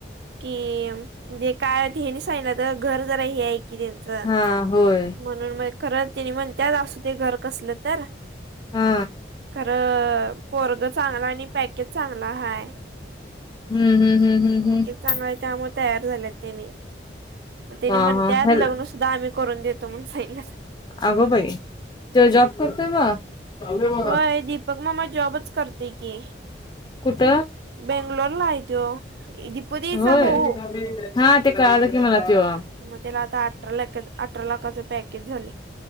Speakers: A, on the right; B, on the left.
A: कि म्हणजे काय हेनीं सांगितलेलं घर जरा हे आहे कि त्यांच
B: हा होय
A: म्हणून मगं खर त्यांनी म्हणत्यात असूदे घर कसलं तर.
B: हा
A: खरं पोरग चांगला आणि पॅकेज चांगला हाय.
B: हम्म हम हम्म हम् हम्म
A: चांगल्या त्यामूळ तयार झालेत त्यानी, त्यानी
B: हा
A: म्हणत्यात
B: हा हॅल
A: लग्न सुद्धा आम्ही करून देतो. तुून सांन
B: आगं बाई. तो जॉब करतोय गं.
A: होय दीपक मामा जॉबच करतोय की
B: कुठ?
A: बेंगलोरला आहे तो दिपू दी
B: होय
A: चा भाऊ.
B: हा ते कळालं की मला त्यो
A: मग त्याला आता अठरा लाख अठरा लाखाच पॅकेज झाले.